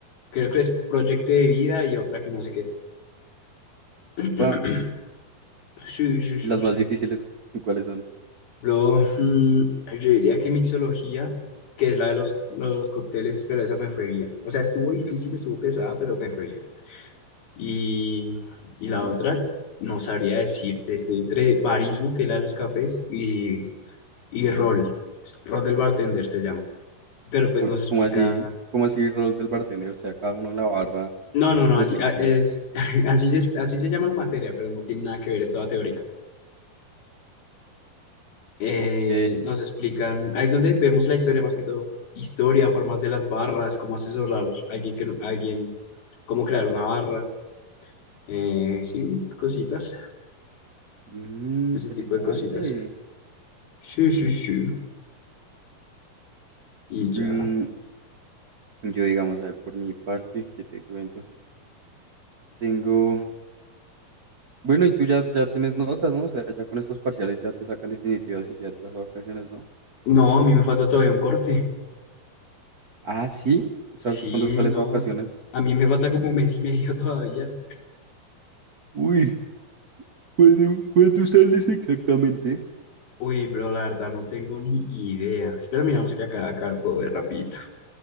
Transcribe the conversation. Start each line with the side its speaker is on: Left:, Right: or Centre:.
Left: Creo que es proyecto de vida y otra que no sé qué es.
Right: upa.
Left: <clears throat> Sí, sí, sí,
Right: ¿Y las
Left: sí.
Right: más difíciles <laughs> cuáles son?
Left: Bro, mm, yo diría que mixología, que es la de los, los cócteles, pero esa me fue bien. O sea, estuvo difícil, estuvo pesada, pero me fue bien. Y, y la
Right: Mm,
Left: otra, no sabría decirte, estoy entre barismo, que es la de los cafés, y, y rol. Rol del bartender se llama. pero pues
Right: por-
Left: nos explica.
Right: ¿Cómo así? ¿Cómo así rol del bartender? O sea, cada uno en la barra,
Left: No, no, no,
Right: pues
Left: así,
Right: de
Left: a-
Right: que tienes.
Left: es, <laughs> así, se, así se llama la materia, pero no tiene nada que ver, es toda teórica. Eh,
Right: Ok.
Left: nos explican, ahí es donde vemos la historia más que todo. Historia, formas de las barras, cómo asesorar a alguien que no- a alguien, cómo crear una barra. eh, sí, cositas,
Right: Mm,
Left: ese
Right: interesante.
Left: tipo de cositas. Sí, sí,
Right: Vea,
Left: sí.
Right: pues.
Left: Y ya.
Right: Mm, yo digamos, a ver, por mi parte, ¿qué te cuento? Tengo. Bueno, y tú ya, ya tienes notas, ¿no? O sea, ya con estos parciales ya te sacan definitivas y ya entras a vacaciones, ¿no?
Left: No, a mí me falta todavía un corte.
Right: Ah, sí. O
Left: Sí,
Right: sea, ¿tú cuándo sales
Left: no.
Right: a vacaciones?
Left: A mí me falta como un mes y medio <laughs> todavía.
Right: Uy, ¿cuándo, cuándo sales exactamente?
Left: Uy, bro, la verdad no tengo ni idea. Espera, miramos que acá, acá lo puedo ver rapidito.